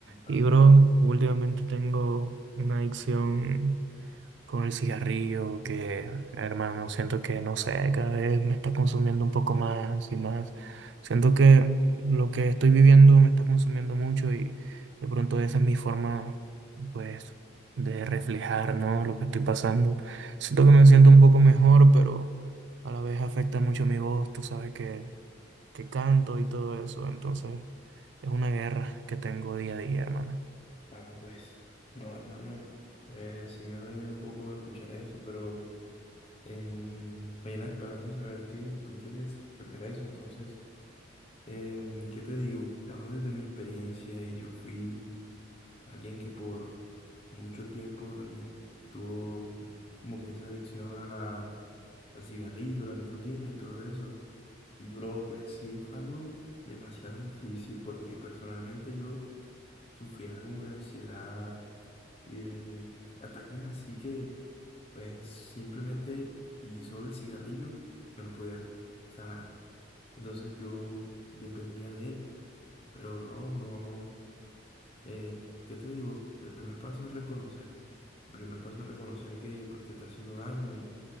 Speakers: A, on the left; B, on the right.
A: Ah,
B: Y bro, últimamente tengo una adicción con el cigarrillo, que hermano, siento que no sé, cada vez me está consumiendo un poco más y más. Siento que lo que estoy viviendo me está consumiendo mucho y de pronto esa es mi forma, pues, de reflejar, ¿no? Lo que estoy pasando. Siento que me siento un poco mejor, pero a la vez afecta mucho mi voz, tú sabes que, que canto y todo eso, entonces es una guerra que tengo día a día, hermano.
A: ah, pues, no, hermano, pues sí me duele un poco escuchar eso, pero em, me llena de esperanza saber que tú quieres cambiar eso, entonces. Em, ¿qué te digo? Te hablo desde mi experiencia y yo fui alguien que por mucho tiempo también estuvo como que esa adicción a la, al cigarrillo, a la nicotina y todo eso. Y bro, pues sí, fue algo demasiado difícil porque personalmente yo sufría como de ansiedad y de ataques así que pues simplemente y solo el cigarrillo me lo podía sanar. Entonces yo dependía de él, pero bro, no. Eh, ¿qué te digo? El primer paso es reconocer. El primer paso es reconocer que pues te está haciendo daño y,